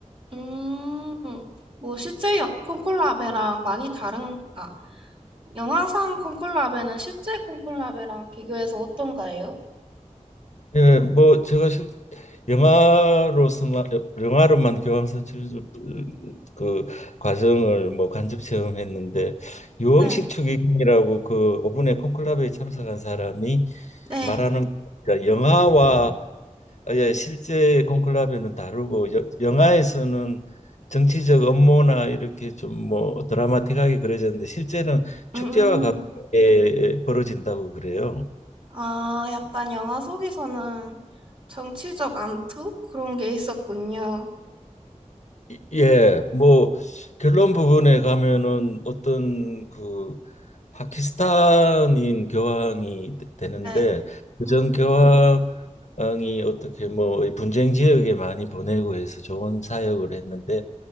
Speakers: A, on the right; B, on the left.
A: 음, 뭐 실제 여- 콩콜라베랑 많이 다른, 아, 영화상 콩콜라베는 실제 콩콜라베랑 비교해서 어떤가요?
B: 예, 뭐 제가 실 영화로서만 영화로만 교황 선출 그 과정을 뭐 간접 체험했는데 유흥식
A: 네.
B: 추기경이라고 그 오분의 콘클라베에 참석한 사람이
A: 네.
B: 말하는 그러니까 영화와 아, 예, 실제 콘클라베는 다르고 여- 영화에서는 정치적 업무나 이렇게 좀 뭐 드라마틱하게 그려졌는데 실제는 축제와
A: 음,
B: 가깝게
A: 음.
B: 벌어진다고 그래요.
A: 아, 약간 영화 속에서는 정치적 암투? 그런 게 있었군요.
B: 이- 예, 뭐 결론 부분에 가면은 어떤 그 파키스탄인 교황이 되- 되는데
A: 네.
B: 그전
A: 음.
B: 교황이 어떻게 뭐이 분쟁 지역에 많이 보내고 해서 좋은 사역을 했는데